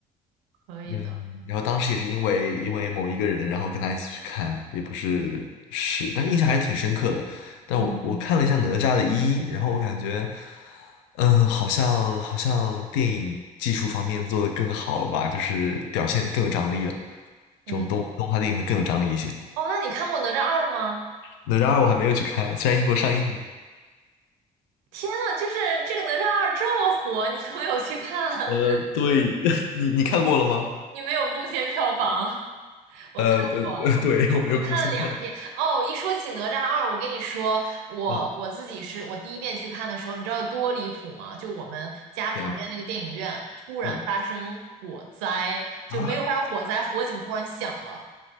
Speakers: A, on the right; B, on the left.
A: 可以的。
B: 嗯，然后当时也是因为因为某一个人，然后跟他一起去看，也不是是，但是印象还是挺深刻的。但我我看了一下哪吒的一，
A: 嗯
B: 然后我感觉，嗯，好像好像电影技术方面做的更好了吧，就是表现更有张力了。
A: 嗯，
B: 这种动动画电影会更有张力一些。
A: 哦，那你看过《哪吒二》吗？
B: 哪吒二我还没有去看，虽然英国上映了。
A: 天呐，就是这个《哪吒二》这么火，你都没有去看，<laughs>
B: 呃，对，<laughs> 你你看过了吗？
A: 你没有贡献票房。<laughs> 我看过，
B: 呃，对，<laughs> 对，我没有更新到。
A: 我看了两遍哦。一说起《哪吒二》，我跟你说，我我自己是我第一遍去看的时候，
B: 嗯，
A: 你知道有多离谱吗？就我们家旁边那个电影院突然发生火灾，
B: 怎样？嗯
A: 就没有发生火灾，
B: 啊，
A: 火警突然响了。